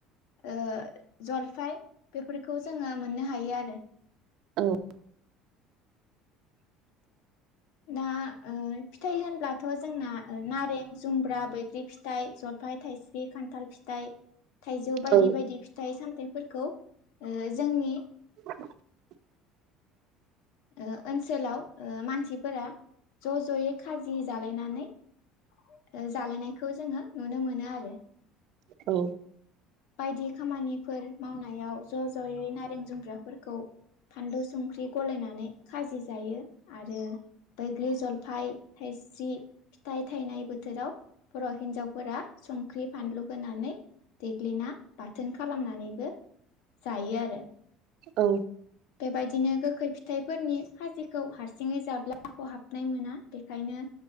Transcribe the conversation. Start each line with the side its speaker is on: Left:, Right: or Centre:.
Left: ओ जलफाय बेफोरखौ जोङो मोन नो हायो आरो।
Right: औ
Left: दा ओ फिथाइ होनब्लाथ' जोंना नारें जुमब्रा, बै ग्रि फिथाइ, जलफाइ, थाइस्रि, खान्थाल फिथाइ, थाइजौ बायदि
Right: औ
Left: बायदि फिथाइ सामथायाइ फोरखौ ओ जोंनि
Right: <inaudible>
Left: ओ ओनसोलाव ओ मानसि फोरा ज' ज'यै खाजि जालायनानै ओ जालायनायखौ जोङो नुनो मोनो आरो।
Right: औ
Left: बायदि खामानिफोर मावनायाव ज' ज'यै नारें जुमब्राफोरखौ फानलु संख्रि गलायनानै खाजि जायो आरो बैग्रि, जलफाय, थाइस्रि फिथाइ थायनाय बोथोराव बर' हिनजावफोरा संख्रि फानलु होनानै देग्लिना बाथोन खालामनानैबो जायो आरो।
Right: औ
Left: बेबायदिनो गोखै फिथाइफोरनि खाजि खौ हारसिङै जाब्ला खहाबनाय मोना बेखायनो